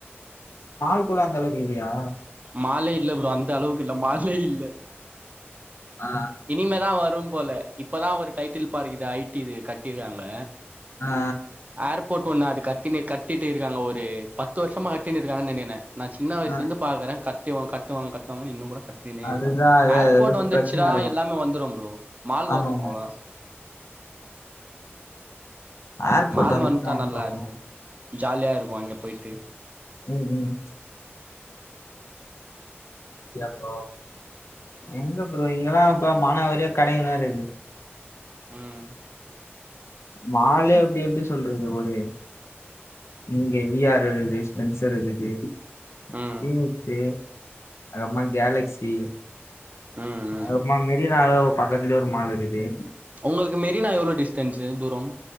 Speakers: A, on the left (about 85°); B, on the right (about 35°).
A: மால் கூட அந்தளக்கு இலியா
B: மாலே இல்ல ப்ரோ அந்தளவுக்கு இல்ல மாலே இல்ல
A: ஆ
B: இனிமேதா வரும் போல இப்பதா ஒரு டைட்டில் பார்க் இது ஐ டி இது கட்டிருகாங்க
A: ஆ ஆ
B: ஏர்போட் ஒண்ணு அது கட்டினு கட்டிட்டு இருக்காங்க ஒரு பத்து வருஷமா கட்டினு இருக்காங்கனு நெனைக்கற நா சின்ன வயுசுல
A: ஆ
B: இருந்து பாக்கற கத்திவா கட்டுவாங்க கட்டுவாங்கன் இன்னுங்கூட கத்தினே
A: அதுதா
B: இருக்காங்
A: அது
B: ஏர்போட்
A: ஏதாச்சு
B: வந்ருச்சுனா
A: பிரச்சன இருக்கு
B: எல்லாமே வந்துரு ப்ரோ மால்
A: ஆமா
B: வரு
A: ஆமா
B: அவ்ளதா
A: ஏர்போர்ட்
B: மால்
A: வந்துச்சுன்னா
B: வன்ட்டா
A: வந்துருவாங்க
B: நல்லாருக்கு ஜாலியா இருக்கு அங்க போய்ட்டு
A: ம் ம் ஏ ப்ரோ
B: ம்
A: எங்க ப்ரோ இங்கலா இப்ப மானாவரியா கடைங்கதா இருக்கு
B: ம்
A: மாலே அப்டி எப்டி சொல்றது ஒரு இங்க <unintelligible> ஸ்பென்சர் இருக்கு
B: ம்
A: ஃபீனிக்ஸு அதுகப்மா கேலக்சி
B: ம் ம்
A: அப்றமா மெரினா தா பக்கத்லயே ஒரு மாலிருக்குது
B: உங்களுக்கு மெரினா எவ்ளோ டிஸ்டன்ஸு தூரம்